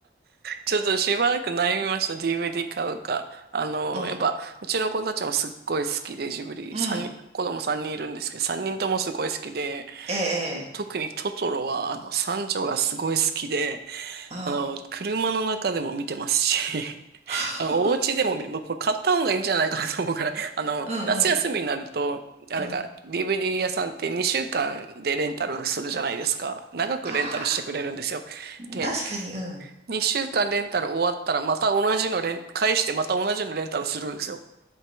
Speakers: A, on the right; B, on the right.
A: ちょっとしばらく悩みました、DVD 買うか。あの、
B: うん。
A: やっぱ、うちの子たちもすっごい好きで、ジブリ、
B: うん。
A: 三人、子供3人いるんですけど、3人ともすごい好きで、
B: ええ、ええ。
A: あの特にトトロは、あの、三女がすごい好きで、
B: あ
A: あの、車の中でも見てますし、<laughs>
B: あ。
A: あの、
B: <laughs>
A: お家でも見、もうこれ買った方がいいんじゃないかなと思うからい、<laughs> あの、
B: うんうん
A: 夏休みになると、あ、
B: うん。
A: なんか、DVD 屋さんって2週間でレンタルするじゃないですか。長くレンタルしてくれるんですよ。
B: ああ
A: で、
B: 確かに、うん。
A: 2週間レンタル終わったら、また同じのレン、返してまた同じのレンタルするんですよ。